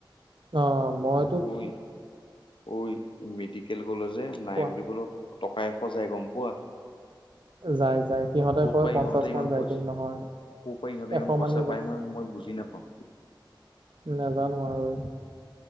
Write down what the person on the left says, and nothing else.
অই অই। মেডিকেল কলেজ যে নাই
বুলি ক'লো টকা এশ যায় গম পোৱা।
ক'ত
পাই
ইহঁতে
ইমান
পইচা
ক'ৰ পৰা ইহঁতে
ইমান পইচা
পায় মই মই বুজি নাপাওঁ।